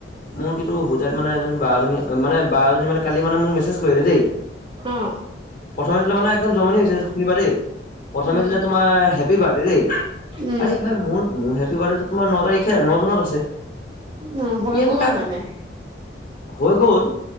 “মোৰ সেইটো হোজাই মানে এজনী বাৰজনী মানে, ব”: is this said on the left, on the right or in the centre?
Left